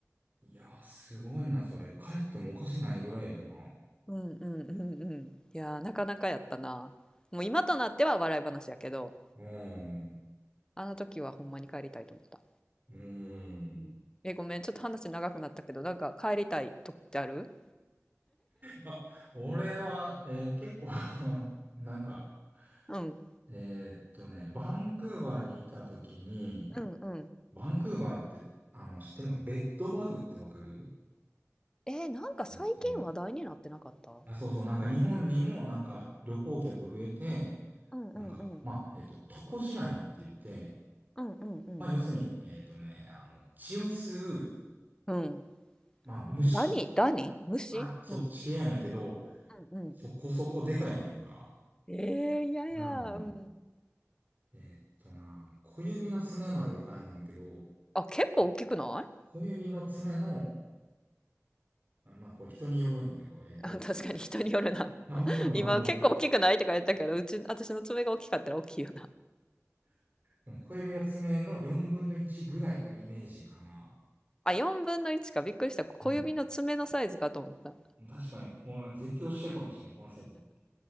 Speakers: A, on the right (about 35°); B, on the left (about 15°).
A: いやー、すごいな、それ。帰ってもおかしないぐらいやな。
B: うんうんうんうん。いやー、なかなかやったな。もう今となっては笑い話やけど、
A: うん。うん。
B: あの時はほんまに帰りたいと思った。
A: うん
B: うんえ、ごめん、ちょっと話長くなったけど、なんか帰りたい時ってある
A: あ、俺は、えー結構 <laughs> なんか、
B: うん。
A: えーっとね、バンクーバーにいた時に、
B: うんうん。
A: バンクーバーって、あの、知ってるのベッドバグってわかる
B: えー、なんか最近話題になってなかったう
A: えっとね、あ、そうそう、なんか日本にもなんか旅行客増えて、
B: んうんうん。
A: なんか、まあ、えっと、トコジラミって言って、
B: うんうんうん。
A: まあ、要するに、えっとね、あの、血を吸う、
B: うん。
A: まあ、虫
B: ダニダニ虫うん。
A: あ、そっち系やねんけど、
B: うんうん
A: そこそこでかいねんか。
B: ええ、いやいや。
A: なるほど。うん
B: うん。
A: えーっとな、小指の爪まではいかへんねんけど、
B: うん。あ、結構大きくない？
A: 小指の爪の、あまあこれ人によるんやけど、えーっと、
B: <laughs> あ、確かに人によるな。
A: 半分の半分ぐらい。
B: <laughs> 今結構大きくないとか言ったけど、うち、私の爪が大きかったら大きいよな。
A: うん小指の爪の4分の1ぐらいのイメージかな。
B: あ、4分の1か。びっくりした。小指の爪のサイズかと思った。
A: うん。確かに、この絶叫してるかもしれないこのサイズ。